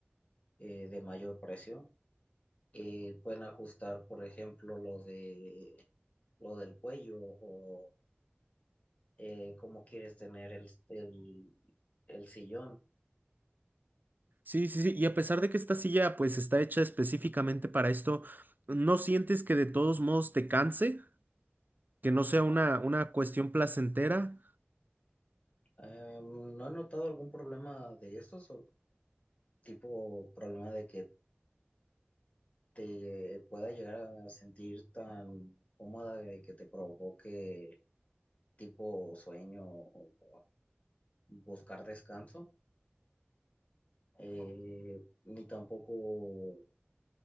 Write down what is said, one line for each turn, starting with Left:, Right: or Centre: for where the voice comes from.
Left: eh, de mayor precio, eh, pueden ajustar, por ejemplo, lo de, lo del cuello o eh, cómo quieres tener el, el, el sillón.
Right: Sí, sí, sí. Y a pesar de que esta silla pues está hecha específicamente para esto, ¿no sientes que de todos modos te canse? Que no sea una,
Left: Ah,
Right: una cuestión placentera.
Left: em, ¿no he notado algún problema de estos? tipo problema de que te pueda llegar a sentir tan cómoda de que te provoque tipo sueño o buscar descanso, eh, ni tampoco